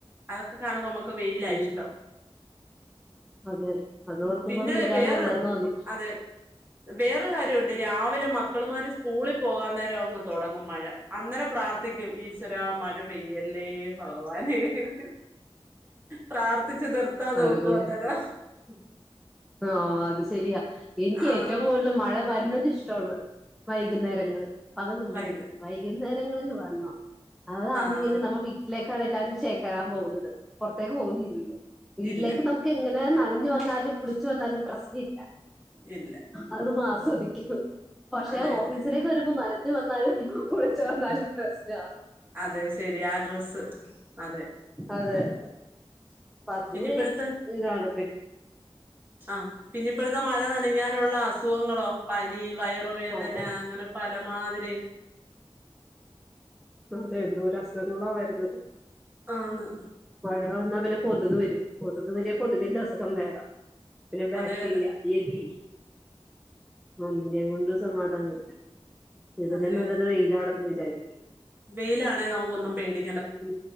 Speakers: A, on the right; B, in the centre.
A: അതൊക്കെ കാണുമ്പോ നമ ഒക്ക വെയിലാ
B: ഉം
A: ഇഷ്ടം
B: അതെ അത് ഓർക്കുമ്പോ
A: ഉം പിന്നെ
B: ഫെയിലാന്നല്ലന്ന്
A: വേറെ
B: തോന്നു
A: അതെ വേറൊരു കാര്യുണ്ട് രാവിലെ മക്കളമാര് സ്കൂളിൽ പോകാൻ നേരം അങ്ങ് തുടങ്ങും മഴ അന്നേരം പ്രാർത്ഥിക്കും ഈശ്വരാ മഴ പെയ്യല്ലേ ഭ ഗവാനേന്ന് പ്രാർത്ഥിച്ചു നിർത്താതോക്കു
B: അതുങ്ങള്
A: അന്നേരം ഉം
B: ആ അത് ശരിയാ എനിക്ക്
A: ആഹ്
B: ഏറ്റവും കൂടുതൽ മഴ വ രുന്നത്ഇഷ്ടമാണ് വൈകുന്നേരങ്ങളില് പക നിന്നു
A: വൈകു
B: പോയ് വൈകുന്നേ ങ്ങളിൽ വന്നോ അതാന്നെങ്കിലും
A: ആഹ്
B: നമ്മൾ വീട്ടിലെ ക്കല്ലരും ചേക്കാൻ പോകുന്നത് പുറത്തേക്ക് പോകുന്നില്ലല്ലോ വീട്ടിലേക്ക്
A: ഇല്ല
B: നമുക്ക് എങ്ങന ന്താലും നനഞ്ഞു വന്നാലും കുളിച്ചു വന്നാലും പ്രശ്നല്ല
A: ഇല്ല
B: അത നമ്മആസ്വദിക്കും പക്ഷെ
A: അതെ
B: ഓഫീസിലേക്ക്
A: അതെ
B: വരുമ്പോ നന ഇ <unintelligible> വന്നാലും കുളിച്ച് വന്നാലും പ്രശ്ന
A: അതെ ശെരി ആ ഡ്രസ്സ് അതെ
B: അതെ <unintelligible>
A: പിന്നിപ്പടുത്ത്
B: ഇതാണ് <unintelligible>
A: ആ പിന്നപ്പഴത്തെ മഴ നനഞ്ഞാലുള്ള അസുഖങ്ങളോ പനിയും വയറുവേദന
B: മഴ
A: അങ്ങനെ പലം മാതിരി
B: അതെ എന്തോ രസുഖങ്ങളാ വരുന്നത്
A: ആന്ന്
B: മഴ വന്നാ പിന്നെ കൊതുക് വരും കൊതുക് വര്യാ കൊതുകിന്റെ അസുഖം വേറെ പിന്നെ ബാക്ടീരിയ
A: അതെ അതെ
B: ഏതി ഒന്നിനെ കൊണ്ടും സമാധാനില്ല ഇതിലുംനല്ലത്
A: അതെ
B: വെയിലാണ് വിജാരിക്കും
A: വെയിലാണെ നമുക്ക് ഒന്നും പേടി
B: ഉ